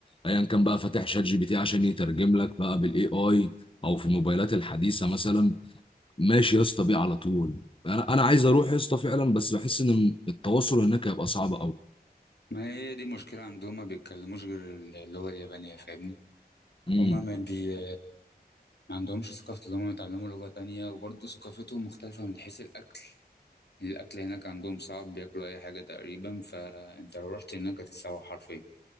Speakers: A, on the left; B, on the left.
A: ايا كان بقى فاتح شات جي بي تي عشان يترجم لك بقى بالاي اي او في الموبايلات الحديثه مثلا ماشي يا اسطى بيه على طول انا انا عايز اروح يا اسطى فعلا بس بحس ان التواصل هناك هيبقى صعب
B: ما هي دي المشكلة عندهم ما بيتكلموش غير اللغة اليابانية فاهمني
A: قوي
B: هما ما بي ما عندهمش ثقافة اللي هما يتعلموا لغة تانية وبرضه ثقافتهم مختلفة من حيث الأكل الأكل هناك عندهم صعب بياكلوا أي حاجة تقريبا فأنت لو رحت هناك هتتسوح حرفيا